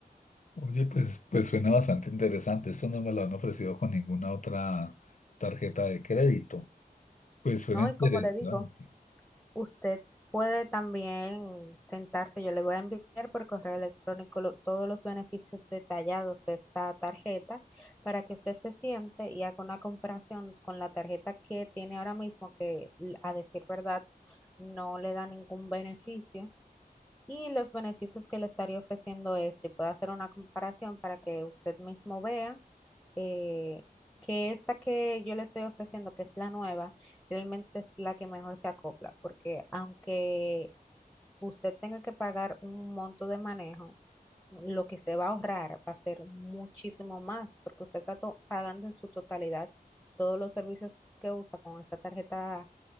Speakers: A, on the left (about 55°); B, in the centre.
A: Oye, pues, pues suena bastante interesante. Esto no me lo han ofrecido con ninguna otra tarjeta de crédito. Pues suena
B: ¿no?
A: interesante.
B: Y como le digo, Usted puede también sentarse, yo le voy a enviar por correo electrónico lo- todos los beneficios detallados de esta tarjeta para que usted se siente y haga una comparación con la tarjeta que tiene ahora mismo, que l- a decir verdad no le da ningún beneficio. Y los beneficios que le estaría ofreciendo este, puede hacer una comparación para que usted mismo vea eh, que esta que yo le estoy ofreciendo, que es la nueva, realmente es la que mejor se acopla, porque aunque usted tenga que pagar un monto de manejo, lo que se va a ahorrar va a ser muchísimo más, porque usted está to- pagando en su totalidad todos los servicios que usa con esta tarjeta